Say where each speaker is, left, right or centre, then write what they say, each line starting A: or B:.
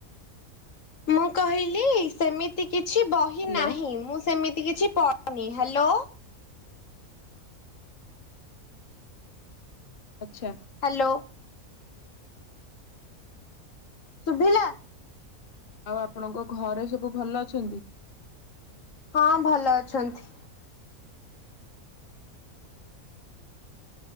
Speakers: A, on the left (about 60°); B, on the left (about 40°).
A: ମୁଁ କହିଲି ସେମିତି କିଛି ବହି
B: ହ୍ୟାଲୋ
A: ନାହିଁ ମୁଁ ସେମିତି କିଛି ପନି ହ୍ୟାଲୋ।
B: ଆଚ୍ଛା।
A: ହ୍ୟାଲୋ ଶୁଭିଲା?
B: ଆଉ ଆପଣଙ୍କ ଘରେ ସବୁ ଭଲ ଅଛନ୍ତି?
A: ହଁ ଭଲ ଅଛନ୍ତି।